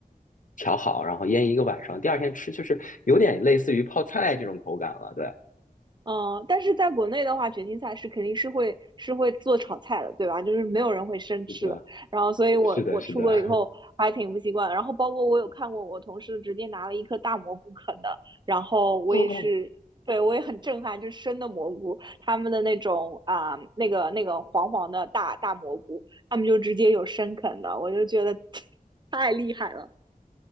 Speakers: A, on the left; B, on the right.
A: 调好，然后腌一个晚上，第二天吃就是有点类似于泡菜这种口感了，对。
B: 嗯，但是在国内的话，卷心菜是肯定是会是会做炒菜的，对吧？就是没有人会生吃的。
A: 是的，
B: 然后，所以我我出国了以后还挺不习惯然后，
A: 是的，是的，<laughs>
B: 包括我有看过我同事直接拿了一颗大蘑菇啃的，然后我也是，
A: 哦，
B: 对，我也很震撼，就是生的蘑菇，他们的那种啊、那个那个黄黄的大大蘑菇，他们就直接有生啃的，我就觉得 <laughs> 太厉害了。